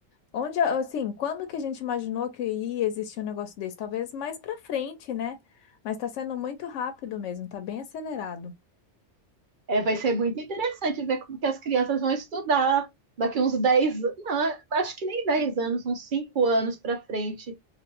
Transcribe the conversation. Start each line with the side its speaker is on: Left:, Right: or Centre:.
Left: Onde, assim, quando que a gente imaginou que ia existir um negócio desse? Talvez mais pra frente, né? Mas tá sendo muito rápido mesmo, tá bem acelerado.
Right: É, vai ser muito interessante ver como que as crianças vão estudar daqui uns 10, não, acho que nem 10 anos, uns 5 anos para frente,